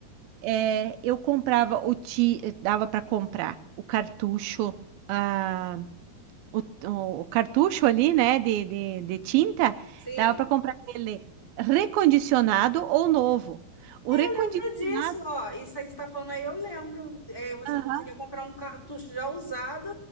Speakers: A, on the right; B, in the centre.
A: é, eu comprava o ti, dava para comprar o cartucho, ah, o, o cartucho ali, né, de, de, de tinta,
B: Sim.
A: dava para comprar ele recondicionado ou novo. O recondicionado,
B: Lembro disso, ó. Isso aí que você tá falando aí, eu lembro. É, você
A: aham,
B: conseguia comprar um cartucho já usado